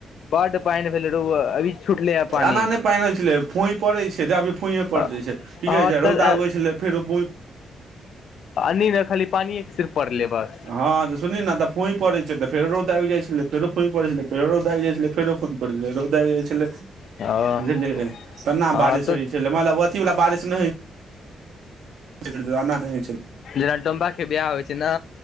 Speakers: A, on the left; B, on the right.
A: बड पानि भेले रौ अभी छुटले ह पानि
B: एना नहि पैन होइ छलै फूई पड़ै छै तऽ अभी फूईए पड़
A: हँ
B: दै छै की कहै छै
A: तऽ
B: रौदा उगै छलै फेरो
A: अन्नीमे खाली पानिके सिर्फ पड़लै बस
B: हँ तऽ सुनी ने त फोई पड़ै छै त फेरो दागि जाइ छलै फेरो फोई पै छलै फेरो दागि जाइ छलै फेरोई रौदाजे छले बुझलियै
A: ह
B: तेना
A: हँ
B: बारिश
A: तऽ
B: होइ छै मलब अथी वला बारिश नहि <unintelligible>
A: जरा टोा <unintelligible> के बियाह होइ छै ने